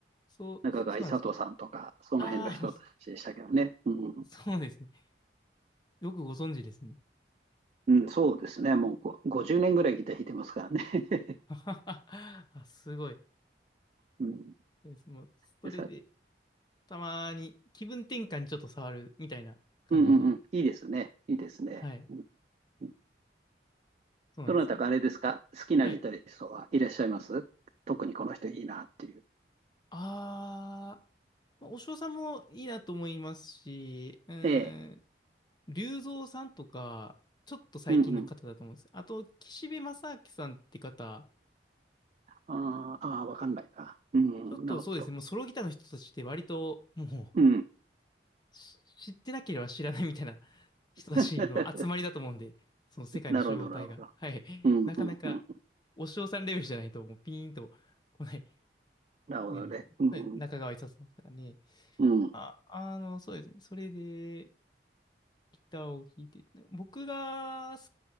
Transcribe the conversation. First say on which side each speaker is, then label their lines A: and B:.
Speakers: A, on the left; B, on the right.
A: そう、
B: 中川勇人さんとか、
A: そうなんですね。
B: その辺の人たちでしたけどね。
A: ああ、<laughs>
B: うん
A: そうですね。よくご存知ですね。
B: うん、そうですね。もうこう50年ぐらいギター弾いてますからね。
A: <laughs> あ、すごい。
B: <laughs> うん、
A: そうです。もう、それで、
B: でさ、
A: たまに気分転換にちょっと触るみたいな感じで。
B: うんうんうん。いいですね。いいですね。
A: はい。
B: うんうん
A: そうなんですよ。
B: どなたかあれですか好きなギタリストはいらっしゃいます特にこの人いいなっていう。
A: はい。あー、まあ、お尚さんもいいなと思いますし、うーん、
B: ええ。
A: 龍造さんとか、ちょっと最近の方だと思うんです。
B: うんうん。
A: あと、岸辺正明さんって方、
B: あーあー、わかんないな。うんうん、
A: ちょっとそうですね、
B: なるほど。
A: もうソロギターの人たちって割と、も
B: うん。
A: う、し知ってなければ知らないみたいな人たちの集まりだと思うんで、
B: <laughs>
A: その世界の集合体が。
B: なるほど、なるほど。
A: はい。
B: うんうんうん。
A: なかなか、お尚さんレベルじゃないと、もうピーンと来ない
B: なるほどね。
A: ねですね。
B: うん
A: はい中川勇さんとかね。
B: うん。うん。
A: あ、あの、そうですね。それでギターを弾いて、僕がす